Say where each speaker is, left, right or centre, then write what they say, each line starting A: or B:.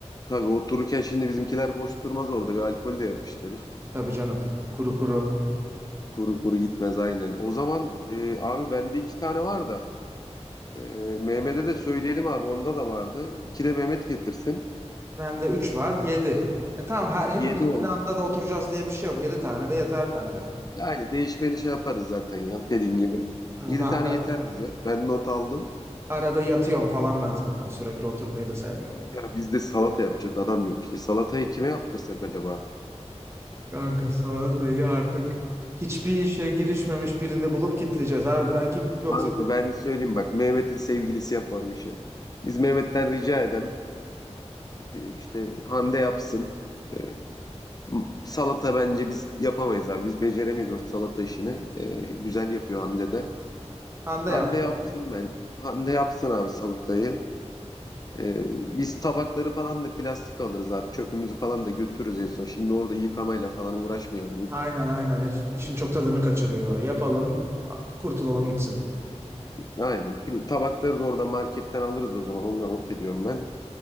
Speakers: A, on the left; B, on the right.
A: tabii otururken şimdi bizimkiler boş durmaz orada bir alkol de yapıştırır.
B: Tabii canım. Kuru kuru.
A: Kuru kuru gitmez aynen. O zaman e, abi bende iki tane var da e, Mehmet'e de söyleyelim abi onda da vardı. İki de Mehmet getirsin.
B: Bende 3 var. yedi. E tamam her, hepimiz
A: Yedi oldu.
B: aynı anda da oturacağız diye bir şey yok. Yedi tane de yeter bence.
A: Yani değişmeni şey yaparız zaten ya dediğin gibi.
B: Ha,
A: Yedi
B: ben
A: tane
B: ara-
A: yeter bize. Ben not aldım.
B: arada yatıyorum falan ben zaten. Sürekli oturmayı da sevmiyorum.
A: Ya bizde salata yapacak adam yok işte. Salatayı kime yaptırsak acaba?
B: Kanka salatayı artık hiçbir işe girişmemiş birini bulup kitleyeceğiz. Harbiden kim yoksa
A: Kanka ben söyleyeyim bak Mehmet'in sevgilisi yapar bu işi. Biz Mehmet'ten rica edem de- işte Hande yapsın. Ee, salata bence biz yapamayız abi. Biz beceremeyiz o salata işini. Ee, güzel yapıyor Hande de.
B: anda
A: Hande
B: yap.
A: yapsın ben. Hande yapsın abi salatayı. Ee, biz tabakları falan da plastik alırız abi. Çöpümüzü falan da götürürüz en son. Şimdi orada yıkamayla falan uğraşmayalım.
B: Aynen aynen. Hiç, işin çok tadını kaçırıyor. Yapalım, kurtulalım gitsin.
A: Aynen. Pl- Tabakları da orada marketten alırız o zaman. Onları not ediyorum ben.